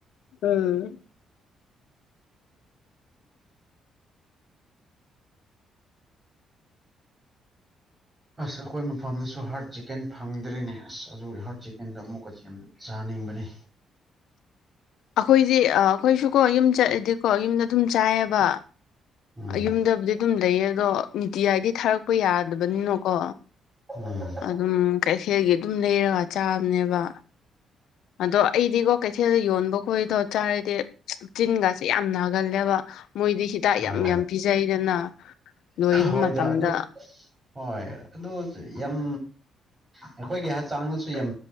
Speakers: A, on the left; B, on the right.
A: ꯎꯝ
B: ꯑꯁ ꯑꯩꯈꯣꯏ ꯃꯐꯝꯗꯁꯨ ꯍꯥ꯭ꯔꯠ ꯆꯤꯛꯀꯟ ꯐꯪꯗ꯭ꯔ‌ꯦꯅꯦ ꯑꯁ ꯑꯗꯨꯒꯤ ꯍꯥ꯭ꯔꯠ ꯆꯤꯛꯀꯦꯟꯗꯣ ꯑꯃꯨꯛꯀꯗꯤ ꯌꯥꯝ ꯆꯥꯅꯤꯡꯕꯅꯤ
A: ꯑꯩꯈꯣꯏꯗꯤ ꯑꯩꯈꯣꯏꯁꯨ ꯀꯣ ꯌꯨꯝ ꯆꯠꯂꯗꯤꯀꯣ ꯌꯨꯝꯗ ꯑꯗꯨꯝ ꯆꯥꯏꯌꯦꯕ
B: ꯎꯝ
A: ꯌꯨꯝꯗꯕꯨꯗꯤ ꯑꯗꯨꯝ ꯂꯩꯌꯦ ꯑꯗꯣ ꯅꯤꯇꯤ ꯍꯥꯏꯗꯤ ꯊꯥꯔꯛꯄ ꯌꯥꯗꯕꯅꯤꯅꯀꯣ
B: ꯎꯝ
A: ꯗꯨꯝ ꯀꯩꯊꯦꯜꯒꯤ ꯑꯗꯨꯝ ꯂꯩꯔꯒ ꯆꯥꯕꯅꯦꯕ ꯑꯗꯣ ꯑꯩꯗꯤꯀꯣ ꯀꯩꯊꯦꯜꯗ ꯌꯣꯟꯕ ꯈꯣꯏꯗꯣ ꯆꯥꯔꯗꯤ ꯆꯤꯟꯒꯁꯤꯦ ꯌꯥꯝ ꯒꯜꯂꯦꯕ ꯃꯣꯏꯗꯤ ꯍꯤꯗꯥꯛ
B: ꯎꯝ
A: ꯌꯥꯝ
B: ꯑꯣ
A: ꯌꯥꯝ ꯄꯤꯖꯩꯗꯅ ꯂꯣꯏꯕ
B: ꯍꯣꯏꯗ
A: ꯃꯇꯝꯗ
B: ꯑꯗꯨ ꯍꯣꯏ ꯑꯗꯨ ꯌꯥꯝ ꯑꯩꯈꯣꯏꯒꯤ ꯍꯛꯆꯥꯡꯗꯁꯨ ꯌꯥꯝ